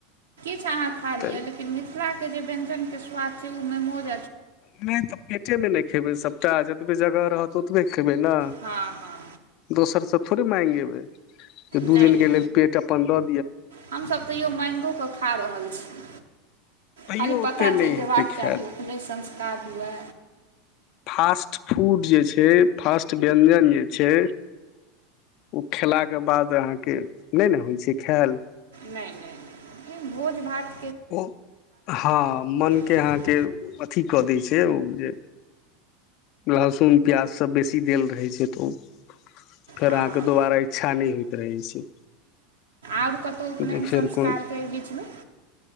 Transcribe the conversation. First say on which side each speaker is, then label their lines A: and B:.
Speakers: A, on the right; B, on the left.
A: अच्छा अहाँ खा लिए
B: तऽ
A: लेकिन मिथिला के व्यंजन के स्वाद छै ओ मेमोज
B: नहि तऽ पेटे मे नहि खेबै सबटा जतबे जगह रहत ओतबे खेबै ने
A: हँ हँ
B: दोसर सब थोड़े माइग एबै दू
A: नहि
B: दिन
A: नहि
B: के लेल पेट अपन दर
A: हमसभ तैओ मैंगोक कऽ खा रहल छी
B: तैयो
A: खाली
B: ओते
A: पता
B: नहि
A: चलि जेयबाक
B: हेतै खायल
A: चाही ओपनायन नहि संस्कार हुए
B: फास्ट फूड जे छै फास्ट व्यञ्जन जे छै ओ खेलाके बाद अहाँके नहि ने होइ छै खायल
A: नहि नहि नहि ई भोज भात
B: ओ हँ मनके
A: तऽ
B: अहाँके अथी कऽ दै छै ओ जे लहसुन प्याज सभ बेसी देल रहै छै तऽ ओ फेर
A: हँ
B: अहाँके
A: हँ
B: दोबारा इच्छा नहि होइत रहै छै
A: आओर कतहु उपनयन
B: जे फेर
A: संस्कारके
B: कोन
A: एहि बीचमे